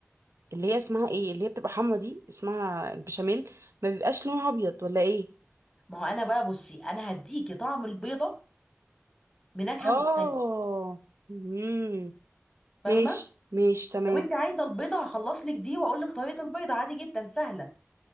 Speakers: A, on the right; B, in the centre.
A: اللي هي اسمها ايه اللي هي بتبقى حمرا دي اسمها البشاميل ما بيبقاش لونها ابيض ولا ايه
B: ما هو انا بقى بصي انا هديكي طعم البيضه بنكهه مختلفه
A: اه امم
B: فاهمه
A: ماشي ماشي تمام
B: لو انت عايزه البيضه هخلص لك دي واقول لك طريقه البيضه عادي جدا سهله